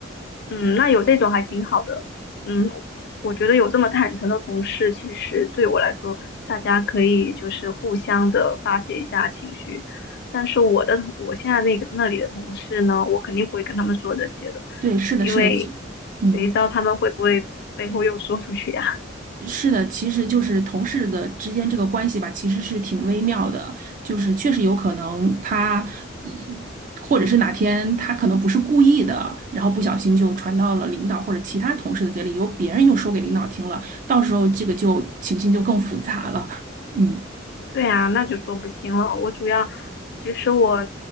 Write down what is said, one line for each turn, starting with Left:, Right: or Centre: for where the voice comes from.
Left: 嗯，那有这种还挺好的。嗯，我觉得有这么坦诚的同事，其实对我来说，大家可以就是互相的发泄一下情绪。但是我的我现在那个那里的同事呢，我肯定不会跟他们说这些的，
Right: 对，是的，
Left: 因为
Right: 是的，其嗯，
Left: 谁知道他们会不会背后又说出去呀？
Right: 是的，其实就是同事的之间这个关系吧，其实是挺微妙的，就是确实有可能他一，或者是哪天他可能不是故意的，然后不小心就传到了领导或者其他同事的嘴里，由别人又说给领导听了，到时候这个就情形就更复杂了，<laughs> 嗯。
Left: 对啊，那就说不清了。我主要，其实我